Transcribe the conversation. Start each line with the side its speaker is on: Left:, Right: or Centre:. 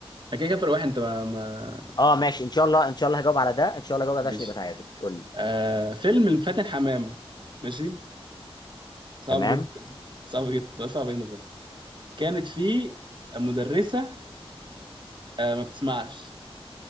Right: أنا كده كده فرق واحد انت ما ما
Left: اه ماشي ان شاء الله ان شاء الله هجاوب على ده ان شاء الله هجاوب على
Right: ماشي
Left: ده عشان يبقى تعادل قول لي
Right: آه فيلم الفاتن حمامه ماشي صعب
Left: تمام
Right: جدا صعب جدا صعب جدا فعلا كانت في مدرسه آه ما بتسمعش